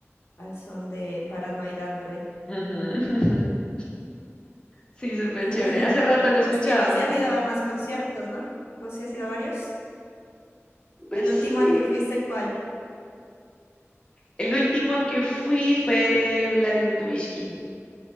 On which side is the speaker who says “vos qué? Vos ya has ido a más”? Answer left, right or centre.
Left